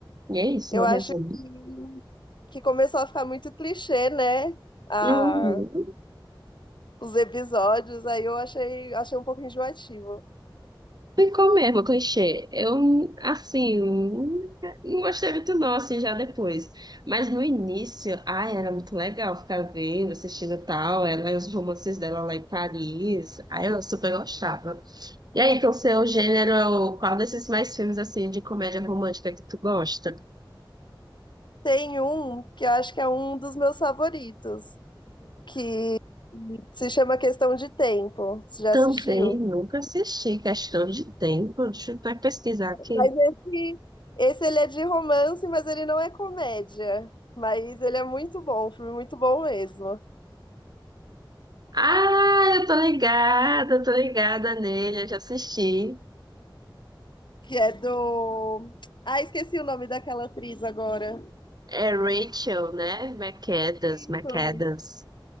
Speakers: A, on the right; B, on the left.
A: E é isso,
B: Eu
A: meu
B: acho
A: resumo.
B: que, que começou a ficar muito clichê, né? A,
A: Uhum.
B: os episódios, aí eu achei, achei um pouco enjoativo.
A: Ficou mesmo, clichê. Eu, assim, não gostei muito não, assim, já depois. Mas no início, ai, era muito legal ficar vendo, assistindo e tal. Ela e os romances dela lá em Paris. Aí eu super gostava. E aí, então, seu gênero, qual desses mais filmes, assim, de comédia romântica que tu gosta?
B: Tem um que eu acho que é um dos meus favoritos, que se chama Questão de Tempo. Você já
A: Também
B: assistiu?
A: nunca assisti questão de tempo. Deixa eu até pesquisar aqui.
B: Mas esse, esse ele é de romance, mas ele não é comédia. Mas ele é muito bom, um filme muito bom mesmo.
A: Ah, eu tô ligada, eu tô ligada nele, eu já assisti.
B: Que é do. Ah, esqueci o nome daquela atriz agora.
A: É Rachel, né? McAdams,
B: Isso,
A: McAdams.